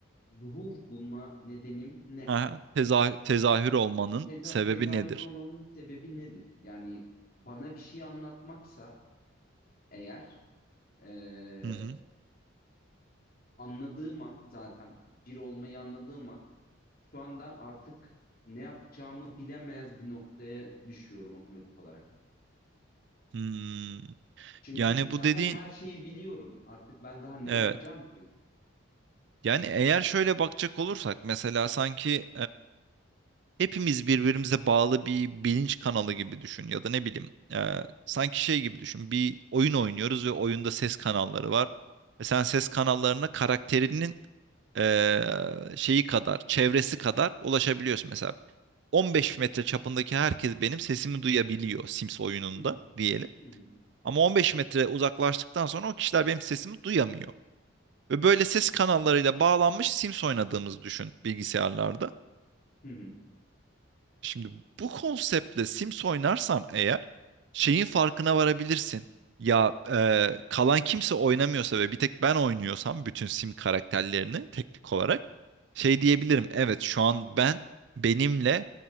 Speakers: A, on the left (about 45°); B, on the right (about 60°).
A: zuhur bulma nedenim ne?
B: Aha, teza- tezahür olmanın
A: Teza,
B: sebebi
A: tezahür
B: nedir?
A: olmamın sebebi nedir? Yani bana bir şey anlatmaksa eğer e,
B: Hı hı.
A: anladığım an zaten bir olmayı anladığım an şu anda artık ne yapacağımı bilemez bir noktaya düşüyorum otomatik olarak.
B: Hmm.
A: Çünkü
B: Yani
A: zaten
B: bu dediğin
A: her şeyi biliyorum. Artık ben daha ne
B: evet.
A: yapacağım ki?
B: Yani eğer şöyle bakacak olursak mesela sanki hepimiz birbirimize bağlı bir bilinç kanalı gibi düşün ya da ne bileyim e, sanki şey gibi düşün bir oyun oynuyoruz ve oyunda ses kanalları var ve sen ses kanallarına karakterinin e, şeyi kadar çevresi kadar ulaşabiliyorsun mesela 15 metre çapındaki herkes benim sesimi duyabiliyor Sims oyununda
A: Hı hı.
B: diyelim
A: Hı hı.
B: ama 15 metre uzaklaştıktan sonra o kişiler benim sesimi duyamıyor ve böyle ses kanallarıyla bağlanmış Sims oynadığımızı düşün bilgisayarlarda.
A: Hı hı.
B: Şimdi bu konseptle Sims oynarsan eğer şeyin farkına varabilirsin. Ya e, kalan kimse oynamıyorsa ve bir tek ben oynuyorsam bütün Sim karakterlerini teknik olarak şey
A: Hı
B: diyebilirim.
A: hı.
B: Evet şu an ben benimle